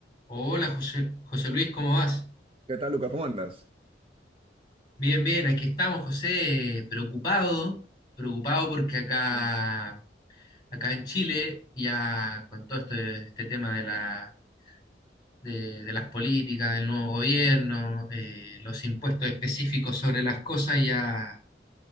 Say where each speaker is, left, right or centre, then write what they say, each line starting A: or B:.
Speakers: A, on the left; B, on the right.
A: Hola José, José Luis, ¿cómo vas?
B: ¿Qué tal, Lucas? ¿Cómo andas?
A: Bien, bien, aquí estamos, José, preocupado, preocupado porque acá,
B: Sí,
A: acá en Chile, ya con todo este, este tema de la, de, de las políticas, del nuevo gobierno, eh, los impuestos específicos sobre las cosas, ya